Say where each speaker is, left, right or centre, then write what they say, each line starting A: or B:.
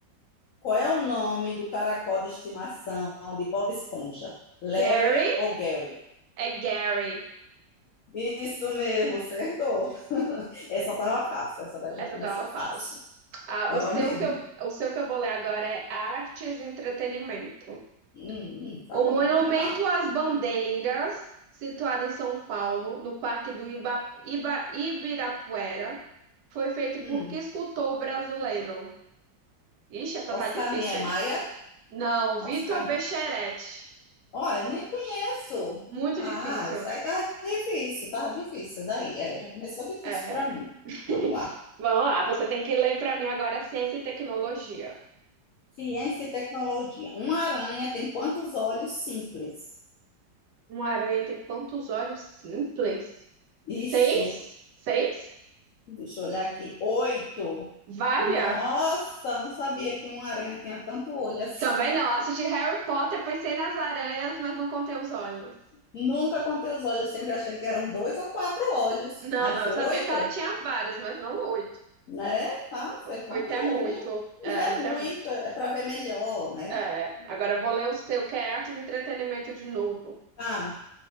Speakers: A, on the left; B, on the right.
A: Qual é o nome do caracol de estimação de Bob Esponja? Larry
B: Gary
A: ou Gary?
B: é Gary.
A: Isso mesmo, acertou. Essa tava fácil, essa daí já
B: Essa
A: começou
B: tava fácil.
A: fácil.
B: Ah,
A: Tava
B: o seu
A: mesmo.
B: que eu, o seu que eu vou ler agora é artes e entretenimento.
A: Hum, hum, tá
B: O
A: bom,
B: Monumento
A: vamos lá.
B: às Bandeiras, situado em São Paulo, no Parque do Iba- Iba- Ibirapuera, foi feito por
A: Hum.
B: que escultor brasileiro? Ixi, essa tá
A: Oscar
B: difícil,
A: Niemeyer,
B: hein? Não,
A: Oscar
B: Vitor Becheretti.
A: Olha, nem conheço.
B: Muito
A: Ah,
B: difícil.
A: isso aí tava difícil, tava difícil. Daí, é, já começou difícil
B: É.
A: para mim.
B: <laughs>
A: Vamos lá.
B: Vamos lá, você tem que ler para mim agora ciência e tecnologia.
A: Ciência e tecnologia. Uma aranha tem quantos olhos simples?
B: Uma aranha tem quantos olhos simples?
A: Isso.
B: Seis? Seis?
A: Deixa eu olhar aqui. Oito.
B: Valha!
A: Nossa, não sabia que uma aranha tinha tanto olho assim.
B: Também não, assisti Harry Potter, pensei nas aranhas, mas não contei os olhos.
A: <laughs> Nunca contei os olhos, sempre achei que eram dois ou quatro olhos,
B: Não,
A: mas
B: não, eu
A: oito,
B: sabia que ela tinha várias, mas não oito.
A: né? Ah, foi
B: O-
A: quanto
B: Oito
A: olho?
B: é muito.
A: <laughs>
B: É,
A: É
B: oito
A: muito,
B: é muito.
A: é para ver melhor, né?
B: É, agora eu vou ler o seu, que é Artes e Entretenimento de novo.
A: Ah.